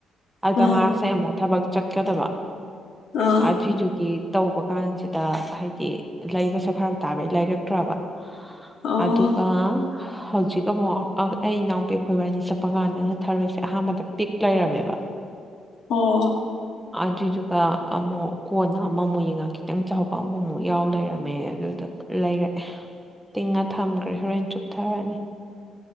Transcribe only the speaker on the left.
ꯑꯥ
ꯑꯥ
ꯑꯣ
ꯑꯣ